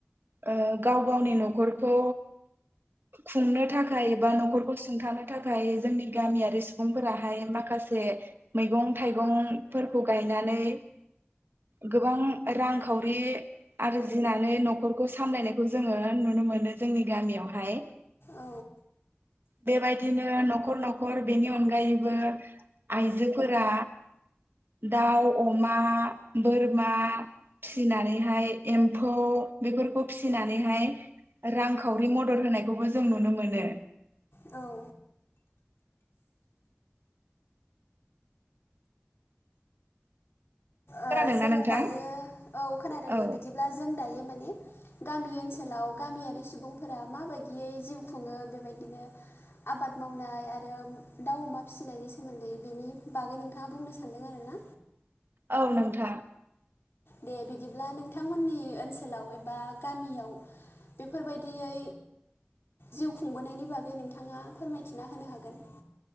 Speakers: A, on the right; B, on the left.
A: ओ गाव गावनि न'खरखौ खुंनो थाखाय एबा न'खरखौ सुंथानो थाखाय जोंनि गामियारि सुबुंफोराहाय माखासे मैगं थायगंफोरखौ गायनानै गोबां रांखावरि आरजिनानै न'खरखौ सामलायनायखौ जोंङो नुनो मोनो जोंनि गामियावहाय
B: औ
A: बेबादिनो न'खर न'खर बेनि अनगायैबो आइजोफोरा दाउ अमा बोरमा फिनानैहाय एम्फौ बेफोरखौ फिसिनानैहाय रांखावरि मदद होनायखौबो जों नुनो मोनो
B: औ ओ
A: खोनादोंना
B: जों
A: नोंथां
B: दायो औ खोनादों
A: औ
B: दे बिदिब्ला जों दायो माने गामि ओनसोलाव गामियारि सुबुंफोरा माबायदियै जिउ खुङो बेबायदिनो आबाद मावनाय आरो दाउ अमा फिसिनायनि सोमोन्दै बेनि बागै नोंथाङा बुंनो सानदों आरो ना
A: औ नोंथां
B: दे बिदिब्ला नोंथांमोननि ओनसोलाव एबा गामियाव बेफोरबायदियै जिउ खुंबोनायनि बागै नोंथांङा फोरमायथिना होनो हागोन।